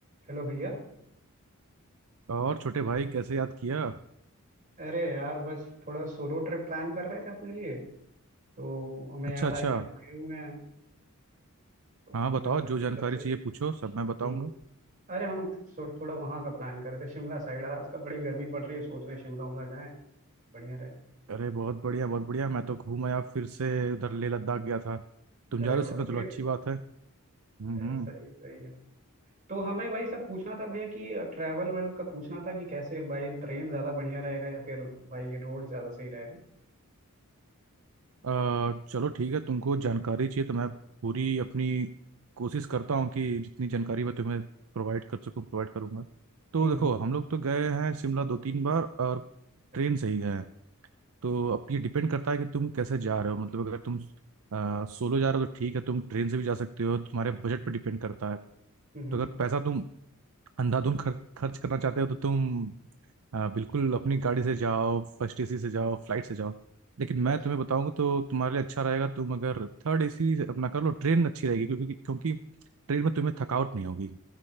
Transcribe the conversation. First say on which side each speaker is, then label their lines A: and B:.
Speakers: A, on the right; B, on the right.
A: चलो भैया
B: और छोटे भाई कैसे याद किया
A: अरे यार बस थोड़ा सोलो ट्रिप प्लान कर रहे थे अपने लिए तो हमें
B: अच्छा
A: याद
B: अच्छा
A: आया कि आप गए हुए हैं तो
B: हाँ बताओ
A: हमें लगा
B: जो
A: कि
B: जानकारी
A: सबसे
B: चाहिए पूछो सब मैं बताऊंगा
A: हम्म अरे हम थो- थोड़ा वहाँ का प्लान कर रहे थे शिमला साइड आजकल बड़ी गर्मी पड़ रही है सोच रहे हैं शिमला उमला जाएं बढ़िया रहे
B: अरे बहुत बढ़िया बहुत बढ़िया मैं तो घूम आया फिर से उधर लेह लद्दाख गया था तुम
A: अरे
B: जा रहे
A: वाह
B: हो शिमला चलो
A: फिर
B: अच्छी बात है हम्म
A: ए,
B: हम्म।
A: सही है सही है तो हमें वही सब पूछना था भैया कि ट्रैवल वेल का पूछना था कि कैसे बाई ट्रेन ज़्यादा बढ़िया रहेगा या फिर बाई रोड ज़्यादा सही रहेगा
B: अ, चलो ठीक है तुमको जानकारी चाहिए तो मैं पूरी अपनी कोशिश करता हूँ कि जितनी जानकारी मैं तुम्हें प्रोवाइड कर सकूँ प्रोवाइड करूँगा तो
A: हम्म
B: देखो
A: हम्म,
B: हम लोग तो गए हैं शिमला दो तीन बार और ट्रेन
A: अच्छा
B: से ही गए हैं तो अब ये डिपेंड करता है कि तुम कैसे जा रहे हो मतलब अगर तुम सोलो जा रहे हो तो ठीक है तुम ट्रेन से भी जा सकते हो तुम्हारे बजट पर डिपेंड करता है
A: हम्म हम्म,
B: तो अगर पैसा तुम अंधाधुन खर्च खर्च करना चाहते हो तो तुम आ, बिल्कुल अपनी गाड़ी से जाओ फर्स्ट एसी से जाओ फ्लाइट से जाओ लेकिन मैं
A: अच्छा
B: तुम्हें बताऊंगा तो तुम्हारे लिए अच्छा रहेगा तुम अगर थर्ड एसी से अपना कर लो ट्रेन अच्छी रहेगी क्योंकि क्योंकि ट्रेन में तुम्हें थकावट नहीं होगी